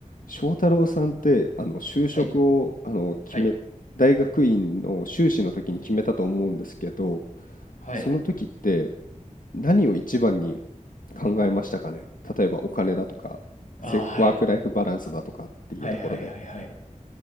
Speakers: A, on the left; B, on the left.
A: 翔太郎さんって、あの、就職を、
B: はい、
A: あの、決め、
B: はい、
A: 大学院の修士の時に決めたと思うんですけど、
B: はい。
A: その時って何を一番に考えましたかね。例えばお金だとか、
B: ああ、
A: せワークライフバランスだとかっていうところで。
B: はい。はい、はい、はい、はい。